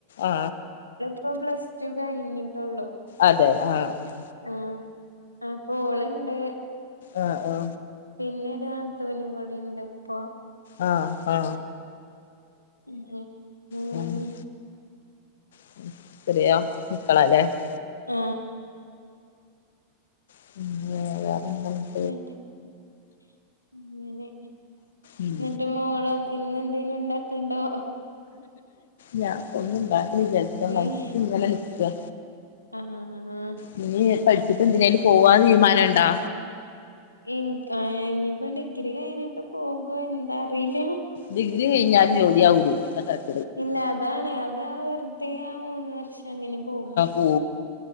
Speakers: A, on the left; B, on the left.
A: ആ
B: പ്പൊ പ്ലസ് ടു കഴിഞ്ഞിട്ടൊള്ളൂ.
A: അതെ ആ ആ
B: ആ അപ്പൊ ഓൾ ണ്ട്.
A: ആ ആ
B: പിന്നെ ഒരു നാത്തൂനും കൂടി ണ്ട് പ്പോ.
A: ആ ആ
B: ഉം ഉം
A: <unintelligible> <unintelligible>
B: ആ
A: <unintelligible>
B: <unintelligible> അങ്ങനെ
A: ഉം
B: എന്നിട്ട് മോള് ഇന്ന് എന്തെങ്കിലും ഉണ്ടാക്കുന്നുണ്ടോ
A: ഞാനിപ്പൊ ഒന്നും ഉണ്ടാക്കണില്ലന്ന് വിചാരിച്ചിട്ടാ
B: ഉം
A: മടിച്ചിട്ട് ഇങ്ങനെ നിക്കുക
B: ആഹ്
A: ഉം ഇനി പഠിച്ചിട്ട് എന്തിനേലും പോവാൻ തീരുമാനം ഉണ്ടോ
B: എനി ഇനിയിപ്പോ ഡിഗ്രി കഴിഞ്ഞിട്ട് പോകുവോ എന്താറിയില്ല
A: ഡിഗ്രി കഴിഞ്ഞാല് ജോലി ആവൂല്ലേ <inaudible>
B: ഇല്ല അതാണ് അതാ വെറുതെ ആ മൂന്ന് വർഷം അങ്ങനെ പോകും
A: ഓഹ്